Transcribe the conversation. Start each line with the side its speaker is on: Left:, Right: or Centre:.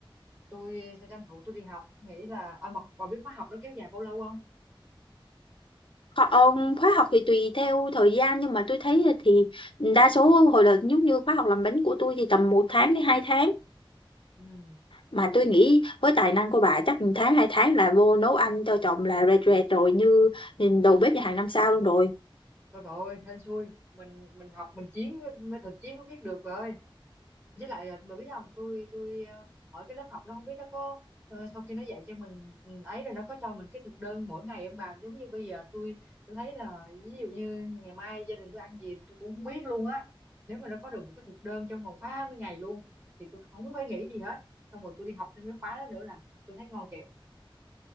Right: tôi sẽ tranh thủ tôi đi học tôi nghĩ là à, mà bà biết khóa học nó kéo dài bao lâu không
Left: Họ, ờm, khóa học thì tùy theo thời gian nhưng mà tôi thấy thì đa số hồi là giống như khóa học làm bánh của tôi thì tầm một tháng đến hai tháng
Right: ừ
Left: mà tôi nghĩ với tài năng của bà chắc một tháng hai tháng là vô nấu ăn cho chồng là rệt rệt rồi như nhìn đầu bếp nhà hàng năm sao luôn rồi
Right: thôi bà ơi hên xui mình mình học mình chiến mới, mới thực chiến mới biết được bà ơi với lại là bởi biết không tôi tôi ờ, ở cái lớp học nó không biết nó có ờ, sau khi nó dạy cho mình ừ, ấy rồi nó có cho mình cái thực đơn mỗi ngày không bà giống như bây giờ tôi tôi thấy là ví dụ như ngày mai gia đình tôi ăn gì tôi cũng không biết luôn á nếu mà nó có được một cái thực đơn trong vòng 30 ngày luôn thì tôi không phải nghĩ gì hết xong rồi tôi đi học thêm cái khóa đó nữa là tôi thấy ngon kẹo